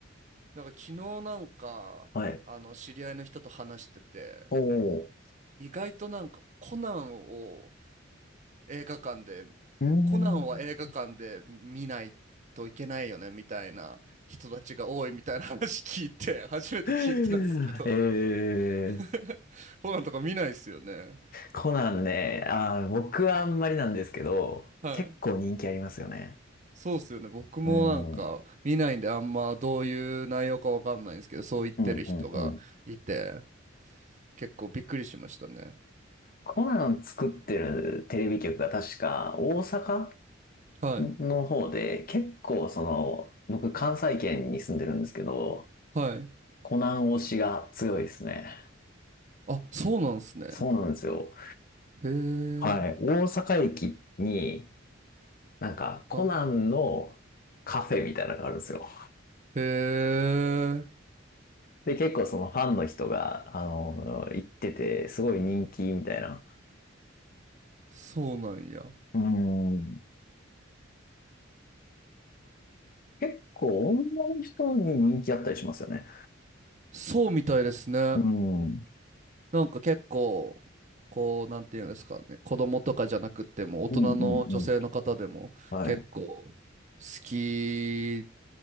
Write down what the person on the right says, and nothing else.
なんか昨日なんか、
あの、知り合いの人と話してて、
意外となんかコナンを映画館で、
コナンは映画館で見ないといけないよね、みたいな人たちが多いみたいな話聞いて、初めて聞いたんですけど、
<laughs> コナンとか見ないですよね。
はい。
そうっすよね。僕もなんか見ないんであんまどういう内容かわかんないんですけど、
そう言ってる人がいて、
結構びっくりしましたね。
はい。
はい。
あ、そうなんすね。
へえ。
はい。へえ。
そうなんや。
そうみたいですね。
なんか結構、こう、なんていうんですかね。子供とかじゃなくても、大人の女性の方でも結構好
き